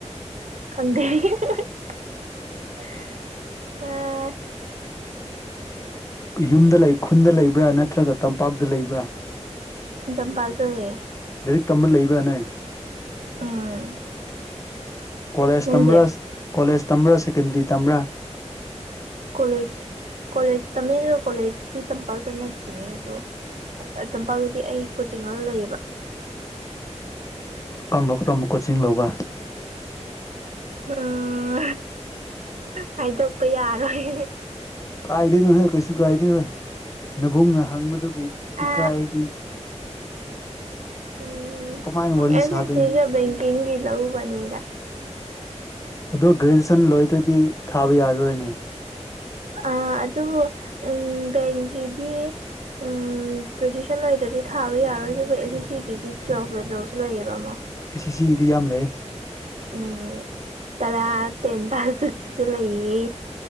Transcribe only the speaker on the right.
ꯈꯪꯗꯦ <unintelligible> ꯑ
ꯆꯝꯄꯥꯜ ꯇꯌꯦ <unintelligible>
ꯎꯝ
ꯅꯪꯗꯤ
ꯀꯣꯂꯦꯖ ꯀꯣꯂꯦꯖꯇ ꯃꯤꯅ ꯃꯦꯔꯤꯕ ꯀꯣꯂꯦꯖꯀꯤ ꯇꯝꯄꯥꯛꯇ ꯅ <unintelligible> ꯇꯝꯄꯥꯛꯗꯗꯤ ꯑꯩ ꯀꯣꯆꯤꯡ ꯑꯃ ꯂꯩꯌꯦꯕ
ꯎꯝ ꯍꯥꯏꯗꯣꯛꯄ ꯌꯥꯔꯣꯏ
ꯑ ꯎꯝ
ꯑꯩꯁ
ꯁꯤꯒ ꯕꯦꯡꯀꯤꯡꯒꯤ ꯂꯧꯕꯅꯤꯗ <unintelligible>
ꯑ ꯑꯗꯨꯕꯨ ꯎꯝ ꯕꯦꯡꯀꯤꯗꯤ ꯎꯝ ꯄ꯭ꯔꯖꯤꯁꯟ ꯂꯩꯇꯔꯥꯗꯤ ꯊꯥꯕ ꯌꯥꯔꯣꯏ ꯑꯗꯨꯒ ꯑꯦꯟ ꯁꯤ ꯁꯤꯒꯤꯗꯤ ꯇꯨꯋꯦꯜꯐ ꯂꯦꯕꯦꯜꯁꯨ ꯂꯩꯌꯦꯕ ꯑꯃ
ꯎꯝ ꯇꯔꯥ ꯇꯦꯟ ꯇꯥꯀꯤꯁꯨ ꯂꯩꯌꯦ